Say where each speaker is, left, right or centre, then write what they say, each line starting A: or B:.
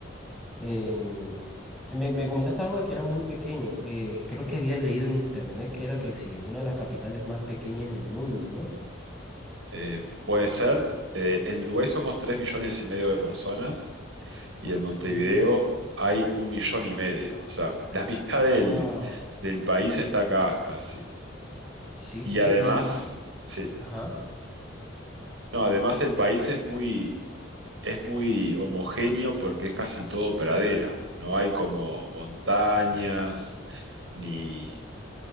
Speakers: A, in the centre; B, on the right.
A: Em, me, me comentaste algo de que era muy pequeño. Eh, creo que había leído en internet que era que sí, una de las capitales más pequeñas del mundo, ¿no?
B: Eh, puede ser, eh, en Uruguay somos 3 millones y medio de personas y en Montevideo
A: Sí, sí.
B: hay un millón y medio. O sea, la mitad del,
A: Wow.
B: del país está acá casi.
A: Sí,
B: Y
A: sí.
B: además,
A: Y, y,
B: sí,
A: ajá.
B: no, además el país es muy, es muy homogéneo porque es casi todo pradera. No hay como montañas ni,